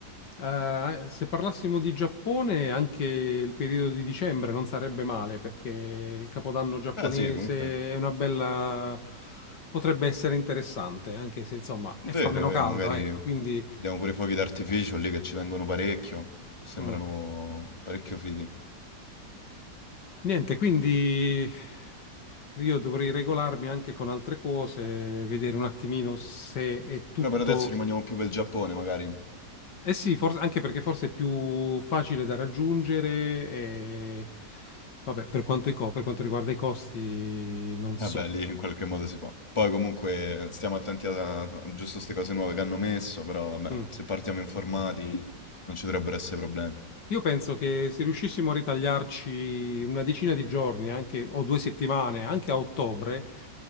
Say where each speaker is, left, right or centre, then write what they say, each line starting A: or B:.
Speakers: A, on the left; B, on the left.
A: eh, se parlassimo di Giappone, anche il periodo di dicembre non sarebbe male perché il capodanno giapponese
B: Beh sì, comunque...
A: è una bella potrebbe essere interessante, anche se insomma, e
B: Vero,
A: fa meno
B: vero,
A: caldo,
B: magari
A: ecco, quindi
B: vediamo pure i fuochi d'artificio lì che ci tengono parecchio, sembrano
A: mm.
B: parecchio fighi.
A: Niente, quindi io dovrei regolarmi anche con altre cose, vedere un attimino se è tutto...
B: Però per adesso rimaniamo più per il Giappone, magari.
A: Eh sì, forse, anche perché forse è più facile da raggiungere e... Vabbè, per quanto, i co- per quanto riguarda i costi, non
B: Vabbè,
A: so.
B: lì in qualche modo si fa. Poi comunque stiamo attenti a, a giusto queste cose nuove che hanno messo, però vabbè,
A: Mm.
B: se partiamo informati non ci dovrebbero essere problemi.
A: Io penso che se riuscissimo a ritagliarci una decina di giorni, anche, o due settimane, anche a ottobre,